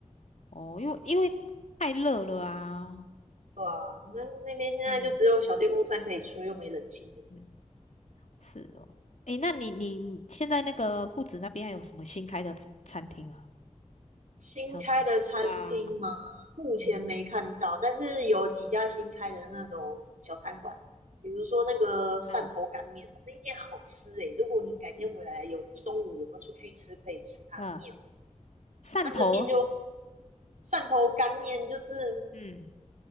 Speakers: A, on the left; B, on the right.
A: 哦，因为因为太热了啊。
B: 对啊，那那边现在就只有小电风扇可以吹，
A: 嗯
B: 又没冷气的。
A: 嗯，是哦，诶，那你你你现在那个铺子那边还有什么新开的餐餐厅啊？
B: 新开的餐厅吗？
A: 像是对啊，
B: 目前没看到，
A: 嗯，
B: 但是有几家新开的那种小餐馆，比如说那个汕头干面，
A: 哈
B: 那间好吃诶、欸如果你改天回来有中午有没有出去吃，可以吃它的面。
A: 哈汕头是，
B: 它的面就汕头干面，就是
A: 嗯，